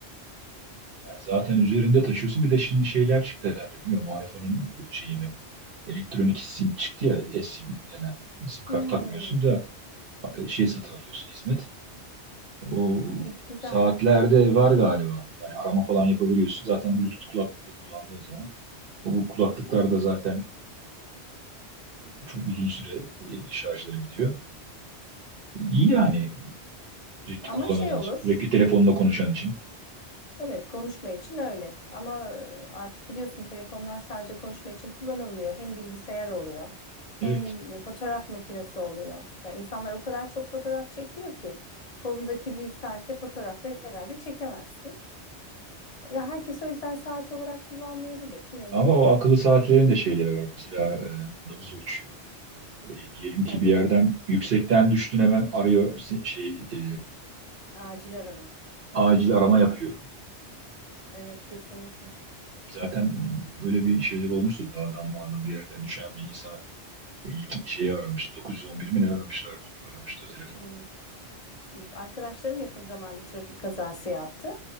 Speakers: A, on the right; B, on the left.
A: Yani zaten üzerinde taşıyorsun. Bir de şimdi şeyler çıktı herhalde. Bilmiyorum o iPhone'un şeyi mi? Elektronik sim çıktı ya. eSIM denen. Sim kart
B: Hmm,
A: takmıyorsun da e, şey satın alıyorsun hizmet. O
B: iyi, güzel.
A: saatlerde var galiba. Yani arama falan yapabiliyorsun. Zaten Bluetooth kulaklıkla kullandığın zaman. O bu kulaklıklarda zaten Çok uzun süre e, şarjları gidiyor. İyi yani sürekli
B: Ama
A: kullanan
B: şey olur.
A: için, sürekli telefonla konuşan için.
B: Evet, konuşma için öyle. Ama e, artık biliyorsun telefonlar sadece konuşma için kullanılmıyor. Hem bilgisayar oluyor, hem
A: Evet.
B: e, fotoğraf makinesi oluyor. Ya insanlar o kadar çok fotoğraf çekiyor ki kolundaki bir saatle fotoğrafta herhalde çekemezsin. Ya herkes o yüzden saat olarak kullanmayabilir. Yine
A: Ama
B: de e,
A: o akıllı saatlerin de şeyleri var. Mesela e, nabız ölçüyor. E, diyelim ki
B: tabii
A: bir yerden yüksekten düştün hemen arıyor se- şey e,
B: acil arama.
A: acil arama yapıyor.
B: Evet, kesinlikle.
A: Zaten öyle bir şeyler olmuştu. Dağdan mağdan bir yerden düşen bir insana ilk şeyi aramıştı. 911 mi ne aramışlardı? Aramıştı o telefon.
B: Hmm. Arkadaşlarım yakın zamanda trafik kazası yaptı.